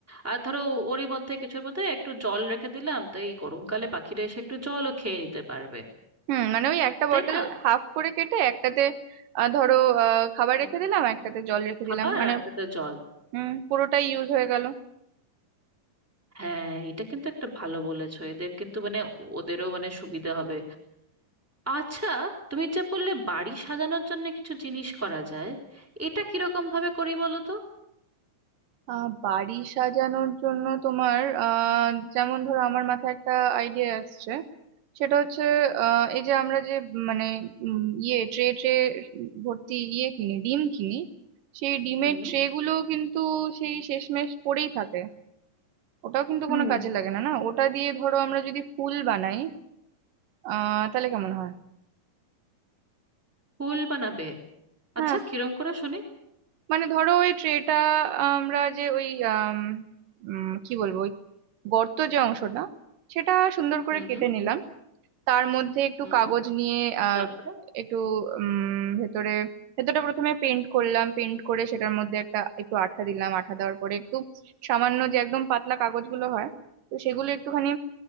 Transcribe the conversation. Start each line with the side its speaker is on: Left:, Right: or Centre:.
Centre: আর ধরো ওরই মধ্যে কিছুর মধ্যে একটু জল রেখে দিলাম তাই গরমকালে পাখিরা এসে একটু জলও খেয়ে নিতে পারবে
Right: হুম মানে ওই একটা
Centre: তাই
Right: বটল
Centre: না
Right: হাফ করে কেটে একটাতে আহ, ধরো আহ, খাবার
Centre: উম,
Right: রেখে দিলাম একটাতে জল রেখে
Centre: খাবার
Right: দিলাম মানে
Centre: আর খেতে জল
Right: হুম পুরোটাই ইউজ হয়ে গেল
Centre: হ্যাঁ এটা কিন্তু একটা ভালো বলেছো এদের কিন্তু মানে ওদেরও মানে সুবিধা হবে আচ্ছা তুমি যে বললে বাড়ি সাজানোর জন্য কিছু জিনিস করা যায় এটা কিরকম ভাবে করি বলো তো
Right: আহ বাড়ি সাজানোর জন্য তোমার আহ যেমন ধরো আমার মাথায় একটা আইডিয়া আসছে সেটা হচ্ছে আহ এই যে আমরা যে মানে উম, ইয়ে ট্রে ট্রে ভর্তি ইয়ে কিনি ডিম কিনি সেই ডিমের
Centre: হুম
Right: ট্রে গুলো কিন্তু সেই শেষমেশ পড়েই থাকে ওটাও কিন্তু
Centre: হুম
Right: কোনো কাজে লাগে না না ওটা দিয়ে ধরো আমরা যদি ফুল বানাই আহ তাহলে কেমন হয়
Centre: ফুল বানাবে
Right: হ্যাঁ
Centre: আচ্ছা কিরম করে শুনি
Right: মানে ধরো ওই ট্রেটা আমরা যে ওই আম, উম, কি বলবো ওই গর্ত যে অংশটা সেটা সুন্দর করে
Centre: হুম
Right: কেটে নিলাম তার মধ্যে একটু
Centre: হুম
Right: কাগজ নিয়ে আহ
Centre: তারপরে
Right: একটু উম ভেতরে ভেতরটা প্রথমে পেন্ট করলাম পেন্ট করে সেটার মধ্যে একটা একটু আঠা দিলাম আঠা দেওয়ার পরে একটু সামান্য যে একদম পাতলা কাগজগুলো হয় তো সেগুলো একটুখানি